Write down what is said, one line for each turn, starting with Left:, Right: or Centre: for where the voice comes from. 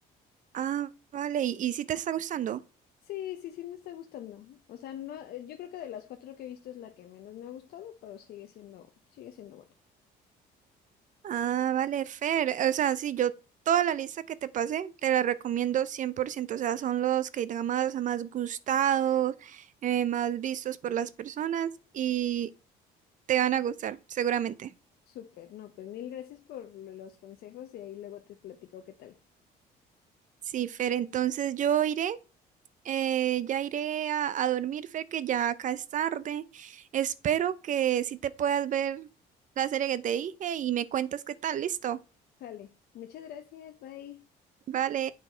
Right: Ah, vale, y, y si te está gustando.
Left: Sí, sí, sí me está gustando. O sea, no, yo creo que de las cuatro que he visto es la que menos me ha gustado, pero sigue siendo, sigue siendo buena.
Right: Ah, vale, Fer. O sea, sí, yo toda la lista que te pasé te la recomiendo 100%. O sea, son los K-dramas más gustados, eh, más vistos por las personas y te van a gustar, seguramente.
Left: Súper, no, pues mil gracias por lo- los consejos y ahí luego te platico qué tal.
Right: Sí, Fer, entonces yo iré, eh, ya iré a, a dormir, Fer, que ya acá es tarde. Espero que sí te puedas ver la serie que te dije y me cuentas qué tal, listo.
Left: Sale, muchas gracias, bye.
Right: Vale.